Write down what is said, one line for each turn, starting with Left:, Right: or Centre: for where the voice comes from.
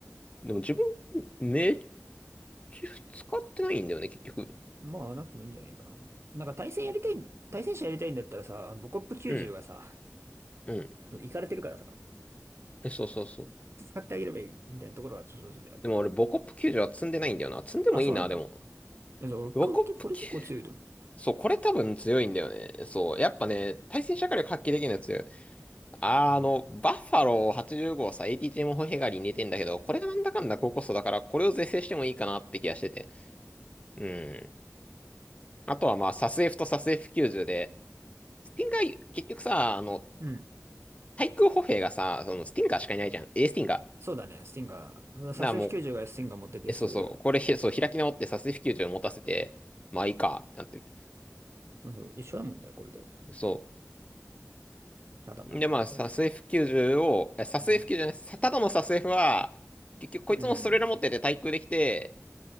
Left: でも自分、めっちゃ使ってないんだよね、結局。
Right: まあ、なくてもいいんじゃないかな。なんか対戦やりたい、対戦者やりたいんだったらさ、ボコップ90がさ、
Left: うん、うん。
Right: そうイカれてるからさ。
Left: えそうそうそう。
Right: 使ってあげればいいみたいなところは正直ある。
Left: でも俺、ボコップ90は積んでないんだよな。積んでもいいな、
Right: あ、そうなんだ。
Left: でも。
Right: いやじ俺、
Left: ボコップ9、
Right: こ結構これ結構強いと思う。
Left: そう、これ多分強いんだよね。そう、やっぱね、対戦射火力発揮できるやつ。あー、
Right: うん。
Left: あの、バッファロー85をさ、ATG モホヘガリに似てんだけど、これがなんだかんだ高コストだから、これを是正してもいいかなって気がしてて。うん。あとはまあ、サス F とサス F90 で、スティンガー、結局さ、あの、
Right: うん。
Left: 対空歩兵がさ、そのスティンガーしかいないじゃん。A スティンガ
Right: そうだね、スティンガー。サセフ90がスティンガー持ってて、
Left: ー。なあ、もう、え、そうそう、
Right: それで。
Left: これ、へそう、開き直ってサス F90 を持たせて、まあいいか、ってなってる。
Right: うんそう、一緒だもんね、これで。
Left: そう。
Right: ただな、
Left: で、
Right: なんかこれ。
Left: まあ、サス F90 を、えサス
Right: うん。
Left: F90 じゅうじゃない、さただのサス F は、結局こいつもストレーラ持ってて対空できて、
Right: うん。